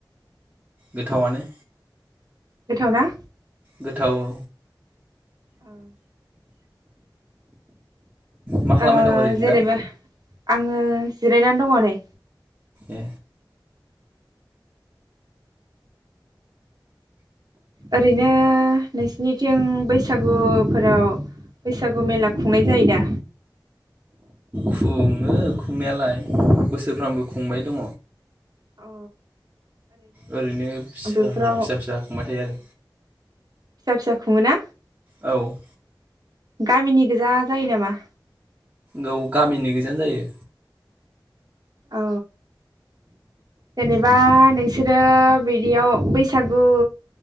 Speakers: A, on the right (about 20°); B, on the right (about 55°).
A: गोथावानो।
B: गोथावना?
A: गोथाववो।
B: औ।
A: मा खालामबाय
B: ओ
A: दं ओरैनो
B: जेनेबा
A: दा
B: आङो जिरायना दङ' नै।
A: ए
B: ओरैनो नोंसिनिथिं बैसागुफोराव बैसागु मेला खुंनाय जायो दा?
A: खुङो खुंनायालाय बोसोरफ्रामबो खुंबाय दङ'।
B: अ
A: ओरैनो फिसाहा
B: बेफोराव
A: फिसा फिसा खुंबाय थायो आरो।
B: फिसा फिसा खुङोना?
A: आरो औ
B: गामिनि गोजा जायो नामा?
A: गौ गामिनि गोजायानो जायो।
B: औ जेनेबा नोंसोरो बिदियाव बैसागु